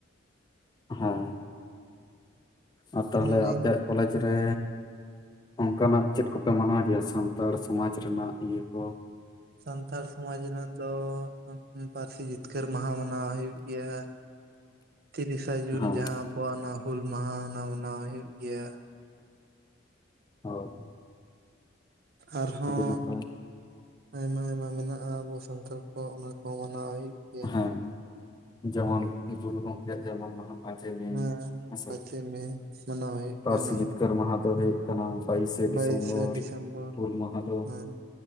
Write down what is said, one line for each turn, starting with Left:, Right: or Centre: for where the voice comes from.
Left: ᱦᱚᱸ ᱟᱨ ᱛᱟᱦᱞᱮ
Right: ᱚᱱᱞᱟᱭᱤᱱ
Left: ᱟᱯᱮᱭᱟᱜ ᱠᱚᱞᱮᱡᱽ ᱨᱮ ᱚᱱᱠᱟᱱᱟᱜ ᱪᱮᱫ ᱠᱚᱯᱮ ᱢᱟᱱᱟᱣ ᱜᱮᱭᱟ, ᱥᱟᱱᱛᱟᱲ ᱥᱚᱢᱟᱡᱽ ᱨᱮᱱᱟᱜ ᱤᱭᱟᱹ ᱠᱚ ᱾
Right: ᱥᱟᱱᱛᱟᱲ ᱥᱚᱢᱟᱡᱽ ᱨᱮᱱᱟᱜ ᱫᱚ ᱯᱟᱹᱨᱥᱤ ᱡᱤᱛᱠᱟᱹᱨ ᱢᱟᱦᱟ ᱢᱟᱱᱟᱣ ᱦᱩᱭᱩᱜ ᱜᱮᱭᱟ ᱾ ᱛᱤᱨᱤᱥᱟ ᱡᱩᱱ
Left: ᱦᱮᱸ
Right: ᱡᱟᱦᱟᱸ ᱟᱵᱚᱣᱟᱜ ᱚᱱᱟ ᱦᱩᱞ ᱢᱟᱦᱟ ᱚᱱᱟ ᱢᱟᱱᱟᱣ ᱦᱩᱭᱩᱜ ᱜᱮᱭᱟ ᱾
Left: ᱦᱩᱭ
Right: ᱟᱨ ᱦᱚᱸ
Left: ᱱᱟᱯᱟᱭ
Right: ᱟᱭᱢᱟ ᱟᱭᱢᱟ ᱢᱮᱱᱟᱜᱼᱟ, ᱟᱵᱚ ᱥᱟᱱᱛᱟᱞ ᱠᱚᱣᱟᱜ ᱚᱱᱟ ᱠᱚ ᱢᱟᱱᱟᱣ ᱦᱩᱭᱩᱜ ᱜᱮᱭᱟ
Left: ᱦᱮᱸ
Right: ᱾
Left: ᱡᱮᱢᱚᱱ ᱜᱩᱨᱩ ᱜᱚᱢᱠᱮᱭᱟᱜ ᱡᱟᱱᱟᱢ ᱢᱟᱦᱟᱸ ᱾ ᱯᱟᱪᱮᱭ ᱢᱮ
Right: ᱦᱮᱸ
Left: ᱦᱮᱸᱥᱮ,
Right: ᱯᱟᱸᱪᱮ ᱢᱮ ᱢᱟᱱᱟᱣ ᱦᱩᱭᱩᱜ
Left: ᱯᱟᱨᱥᱤ
Right: ᱜᱮᱭᱟ ᱚᱱᱟ
Left: ᱡᱤᱛᱠᱟᱹᱨ
Right: ᱦᱚᱸ
Left: ᱢᱟᱦᱟ ᱫᱚ ᱦᱩᱭᱩᱜ ᱠᱟᱱᱟ ᱵᱟᱭᱤᱥᱮ ᱰᱤᱥᱮᱢᱵᱚᱨ
Right: ᱵᱟᱭᱤᱥᱮ ᱰᱤᱥᱮᱢᱵᱚᱨ
Left: ᱦᱩᱞ ᱢᱟᱦᱟ ᱫᱚ
Right: ᱦᱮᱸ